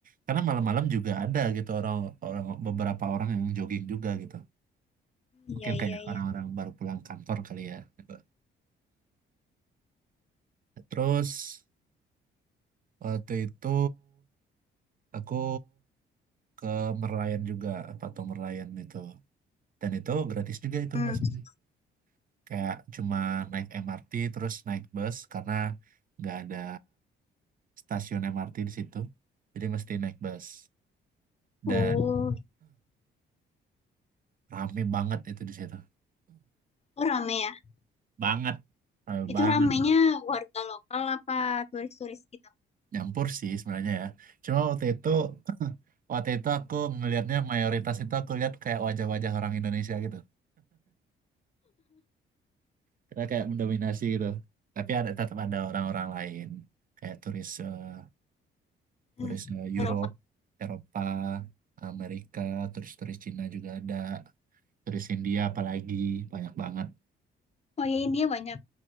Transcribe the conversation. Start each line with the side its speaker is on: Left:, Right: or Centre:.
Right: karena malam-malam juga ada gitu orang orang beberapa orang yang jogging juga gitu. Mungkin
Left: iya
Right: kayak
Left: iya iya
Right: orang-orang baru pulang kantor kali ya. gitu. Terus waktu itu aku ke Merlion juga Patung Merlion itu. Dan itu gratis juga itu
Left: hmm
Right: maksudnya. Kayak cuma naik MRT terus naik bus karena nggak ada stasiun MRT di situ. Jadi mesti naik bus. Dan
Left: oh
Right: <clears throat> rame banget itu di situ.
Left: oh rame ya
Right: <clears throat> Banget. Rame
Left: itu
Right: banget.
Left: ramenya warga lokal apa turis-turis gitu
Right: nyampur sih sebenarnya ya. Cuma waktu itu waktu itu aku ngelihatnya mayoritas itu aku lihat kayak wajah-wajah orang Indonesia gitu. Karena kayak mendominasi gitu. Tapi ada tetap ada orang-orang lain kayak turis eh,
Left: Eh,
Right: turis eh, Europe,
Left: Eropa
Right: Eropa, Amerika, turis-turis Cina juga ada, turis India apalagi banyak banget.
Left: oh iya India banyak